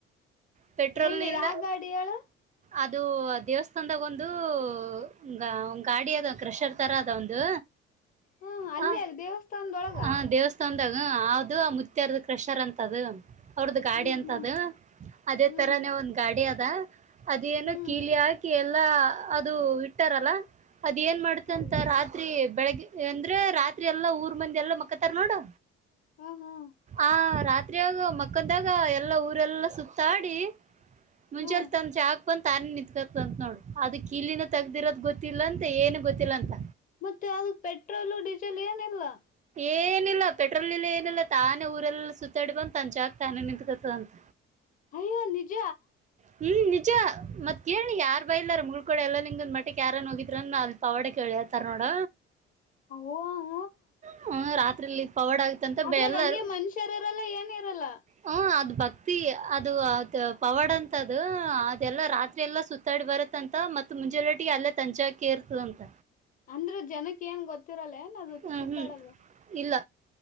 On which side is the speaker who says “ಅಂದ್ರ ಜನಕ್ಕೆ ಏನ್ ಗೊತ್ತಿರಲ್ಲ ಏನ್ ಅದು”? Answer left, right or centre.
Left